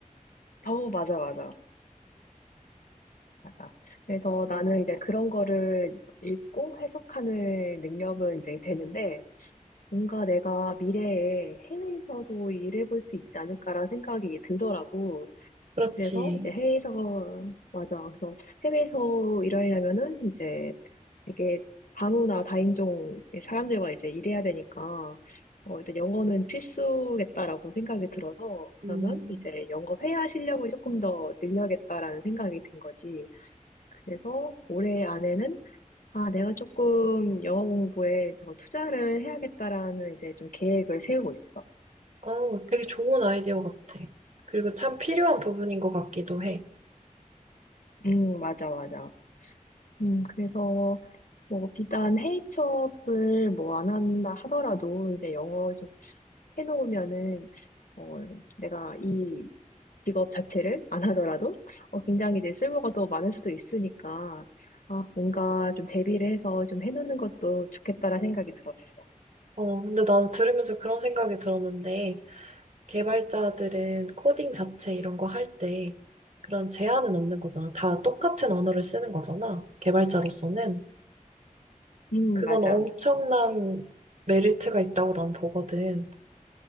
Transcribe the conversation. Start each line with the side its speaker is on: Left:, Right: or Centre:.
Left: 어, 맞아, 맞아, 맞아. 그래서 나는 이제 그런 거를 읽고 해석하는 능력은 이제 되는데, 뭔가 내가 미래에 해외에서도 일해볼 수 있지 않을까라는 생각이 들더라고.
Right: 그렇지.
Left: 그래서 이제 해외에서, 맞아. 그래서 해외에서 일하려면은 이제 되게 다문화 다인종의 사람들과 이제 일해야 되니까, 어, 일단 영어는 필수겠다라고 생각이 들어서, 그러면
Right: 음,
Left: 이제 영어 회화 실력을 조금 더 늘려야겠다라는 생각이 든 거지. 그래서 올해 안에는, 아, 내가 조금 영어 공부에 더 투자를 해야겠다라는 이제 좀 계획을 세우고 있어.
Right: 어, 되게 좋은 아이디어 같아. 그리고 참 필요한 부분인 것 같기도 해.
Left: 음, 맞아, 맞아. 음, 그래서 뭐 비단 해외 취업을 뭐 안 한다 하더라도 이제 영어 좀 해놓으면은 어 내가 이 직업 자체를 안 하더라도 어, 굉장히 이제 쓸모가 더 많을 수도 있으니까 아 뭔가 좀 대비를 해서 좀 해놓는 것도 좋겠다라는 생각이 들었어.
Right: 어, 근데 난 들으면서 그런 생각이 들었는데, 개발자들은 코딩 자체 이런 거 할 때 그런 제한은 없는 거잖아. 다 똑같은 언어를 쓰는 거잖아. 개발자로서는.
Left: 음
Right: 그건
Left: 맞아.
Right: 엄청난 메리트가 있다고 난 보거든.